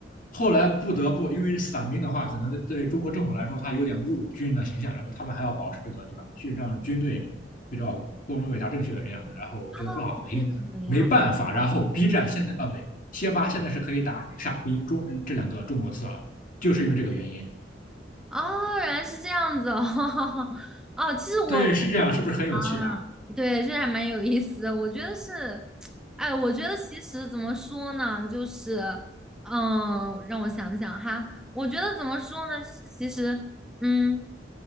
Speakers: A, on the left (about 50°); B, in the centre.
A: 后来不得不，因为伞兵的话，可能对中国政府来说，他有点侮辱军人的形象，然后他们还要保持这个，对吧？去让军队比较光荣、伟大、正确的这样的，然后我觉得不大好听，
B: <laughs> 这个样。
A: 没办法。然后 B 站现在啊，不对，贴吧现在是可以打“傻逼中”这两个中国字了，就是因为这个原因。
B: 哦，原来是这样子哦，<laughs> 哦，其实我
A: 对，是这样，是不是很有趣啊？
B: 啊，对，这还蛮有意思的。我觉得是，哎，我觉得其实怎么说呢，就是，嗯，让我想想哈，我觉得怎么说呢，就是其实，嗯，